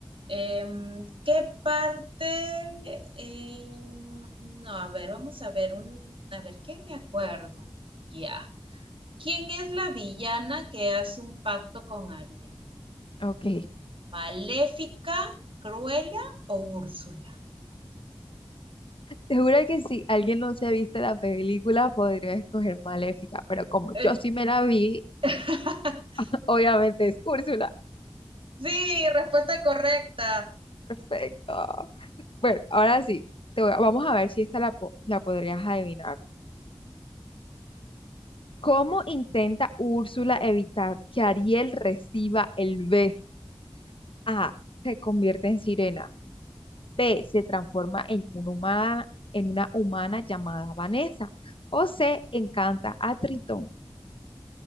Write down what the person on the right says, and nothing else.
em, ¿qué parte? em, no, a ver, vamos a ver un, a ver, ¿qué me acuerdo? Ya. ¿Quién es la villana que hace un pacto con Ariel?
¿Maléfica, Cruella o Úrsula?
Eh,
<laughs>
sí, respuesta correcta.